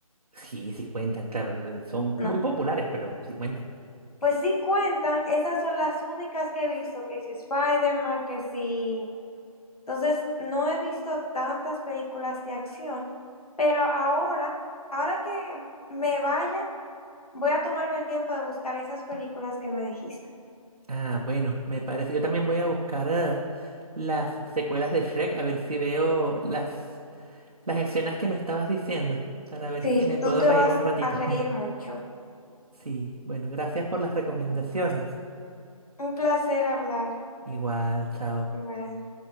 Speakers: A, on the right (about 85°); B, on the left (about 80°).
A: Sí, sí cuentan, claro. eh, Son
B: No,
A: muy populares, pero sí cuentan.
B: pues sí cuentan. Esas son las únicas que he visto, que si Spider-Man, que si... Entonces, no he visto tantas películas de acción, pero ahora, ahora que me vaya. Voy a tomarme el tiempo de buscar esas películas que me dijiste.
A: Ah, bueno, me parece. Yo también voy a buscar eh, las secuelas de Shrek, a ver si veo las, las escenas que me estabas diciendo, para ver
B: Sí,
A: si me puedo
B: tú te
A: reír
B: vas
A: un ratito.
B: a reír
A: <laughs>
B: mucho.
A: Sí, bueno, gracias por las recomendaciones.
B: Un placer hablar.
A: Igual, chao.
B: Bye.